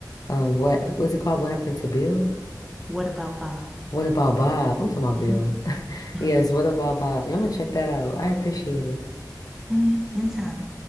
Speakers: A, on the left; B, in the centre.
A: Um what was it called? What happened to Bill?
B: What about Bob?
A: What about Bob? I'm talking about
B: hmm
A: Bill. <laughs>
B: <laughs>
A: Yes, what about Bob? Yeah, I'm gonna check that out. I appreciate it.
B: hmm Anytime.